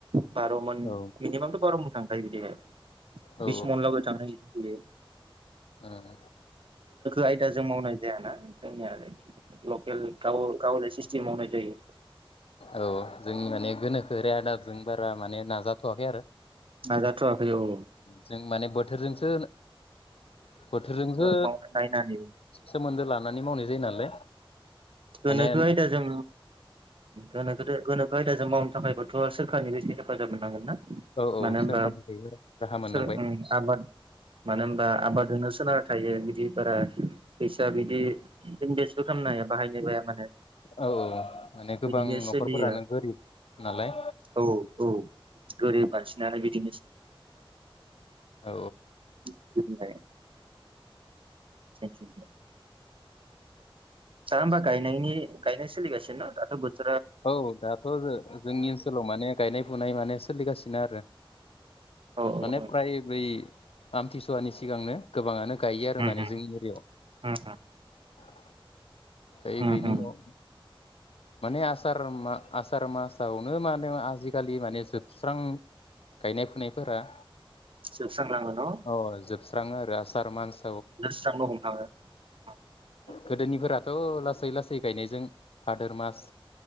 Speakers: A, on the right; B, on the left.
A: बार'मन
B: औ
A: मिनिमाम बार'मन थांखायो बिदिया
B: औ
A: बिस मन लागै थाङो इ बिरे
B: उम
A: आयदाजों मावनाय जायाना जोंनि आरो लकेल गाव गावलिया सिस्टेम मावनाय जायो
B: औ जों माने गोनोखो रे आदाबजों बारा माने नाजाथ'वाखै आरो
A: नाजाथ'वाखै औ
B: जों माने बोथोरजोंसो बोथोरजोंसो
A: मावनो नायनानै
B: सोमोन्दो लानानै माने मावनाय जायो नालाय
A: गोनोखो
B: माने
A: आयदा जों गोनोक गोदो गोनोखो आयदाजों मावनो थाखायबोथ' सोरखारनि बे इसे हेफाजाब मोननांगोन ना?
B: औ औ
A: मानो होनबाब
B: सोरखारनिफ्रायबो राहा मोननांबाय
A: सोर ओम आबाद मानो होनबा आबाद होनो सोनार थायो बिदि बारा फैसा बिदि इनभेस्टबो खामनो हाया बाहाय <unintelligible>
B: औ औ माने गोबां
A: बिदिनो
B: न'खरफोरानो
A: सोलियो
B: गोरिब नालाय
A: औ औ गोरिब मानसिनालाय बिदि
B: औ
A: <unintelligible> <unintelligible> <unintelligible> दा ओमबा गायनायनि गायनाय सोलिगासि दाथ' बोथ
B: औ दाथ' जो जोंनि ओनसोलाव माने गायनाय फुनाय माने सोलिगासिनो आरो
A: औ
B: माने
A: औ
B: फ्राय बै आमथिसुवानि सिगांनो गोबाङानो गायो आरो
A: उम
B: माने
A: उम
B: जोंनि एरियायाव
A: उम
B: यै
A: उम
B: बेनि
A: उम
B: उनाव माने आसार मा आसार मासावनो माने आजिखालि माने जोबस्रां गायनाय फुनायफोरा
A: जोबस्रांलाङो न?
B: अ <unintelligible> आरो आसार मान्स
A: <unintelligible>
B: गोदोनिफोराथ' लासै लासै गायनायजों फादोर मास